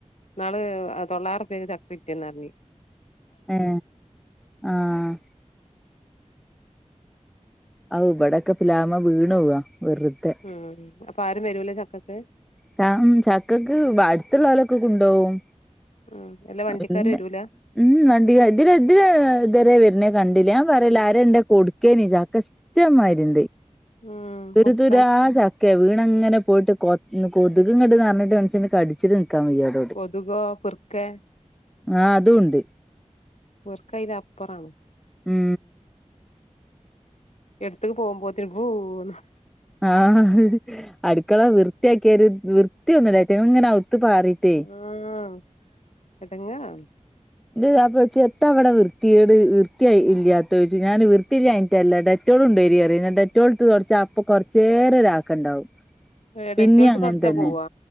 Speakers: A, on the left; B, in the centre.
A: ന്നാള് തൊള്ളായിരം റുപ്പ്യക്ക് ചക്ക വിറ്റെന്ന് പറഞ്ഞ്
B: ഏ ആഹ് ആ ഇവിടൊക്കെ പ്ലാവ്മേ വീണ് പോവാ വെറുതെ
A: ഉം അപ്പൊ ആരും വെരൂല്ലേ ചക്കക്ക്
B: ച ചക്കക്ക് തടുത്തുള്ളോൽ ഒക്കെ കൊണ്ടോവും
A: ഉം അല്ലാ വണ്ടിക്കാര്
B: പിന്നെ
A: വരൂല
B: ഉം വണ്ടിക ഇതിലെ ഇതിലെ ഇതരെ വരുന്ന കണ്ടില്ല ഞാൻ പറയല ആരണ്ടെ കൊടുക്കേനി ചക്ക ഇഷ്ടന്മാതിരിണ്ട്
A: ഉം
B: തുരുതുരാ
A: കൊടുത്താ മതി
B: ചക്ക ഒക്കെ വീണ് അങ്ങനെ പോയിട്ട് കൊത് ഇന്ന്കൊത്ക് ഇങ്ങട്ട് നർണ് ട്ട് മനുഷ്യന് കടിച്ചിട്ട് നിക്കാൻ വെയ്യ ഇവ്
A: കൊതുകോ പൃക്കേ
B: ആഹ് അതും ഉണ്ട്
A: പിർക്ക ഐലപ്പറാണ്
B: ഉം
A: എട്ത്ത് പോവുമ്പോത്തിനും ഭൂന്ന് വറിം
B: ആഹ് അട്ക്കള വൃത്തിയാക്കിയാല് വൃത്തിയൊന്നും ഇല്ല എവറ്റങ്ങള് ഇങ്ങനെ അവൗത്ത് പാറീറ്റേ
A: ആഹ് എടങ്ങറാണ്
B: ഇത് അപ്പർത്ത് എത്താഇവടെ വൃത്തിയേട് വൃത്തൈ ഇല്യാത്തത് ചോയ്ച്ചും ഞാന് വൃത്തില്യാഞ്ഞ്ട്ടെല്ലടെ ഡെറ്റോളുണ്ടെെരി അറിം ഞാൻ ഡെറ്റോള്ട്ട് തൊടച്ചാ അപ്പൊ കോർച്ചേരം ഒരാക്കണ്ടാവും
A: ഏഹ്
B: പിന്നേം
A: ഡെറ്റോള് ഇട്ട്
B: അങ്ങനെ
A: തൊടച്ചാ
B: തന്നെ
A: പോവോ